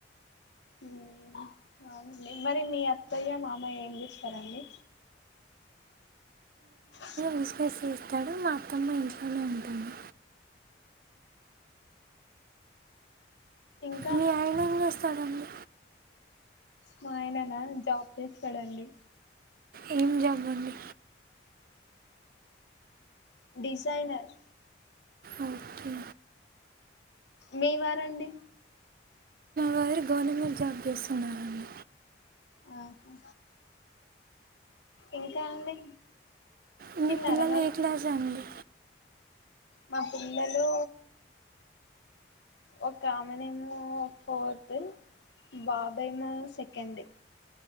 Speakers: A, on the left (about 70°); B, on the right (about 50°).
A: మ్ అవునండి. మరి మీ అత్తయ్య, మామయ్య ఏం చేస్తారండి? బ
B: విస్కస్ చేస్తాడు. మా అత్తమ్మ ఇంట్లోనే ఉంటుంది.
A: ఇంకా
B: మీ ఆయన ఏం చేస్తాడండి?
A: మా ఆయననా జాబ్ చేస్తాడండి
B: ఏం జాబ్ అండి?
A: డిజైనర్
B: ఓకె
A: మీ వారండి?
B: మాయరు గవర్నమెంట్ జాబ్ చేస్తున్నారండి.
A: ఆహా ఇంకా అండి?
B: మీ
A: తిన్నారా
B: పిల్లల్
A: మరి
B: ఏ క్లాస్ అండి?
A: మా పిల్లలు ఓక అమెనేమో ఫోర్త్ బాబేమో సెకండ్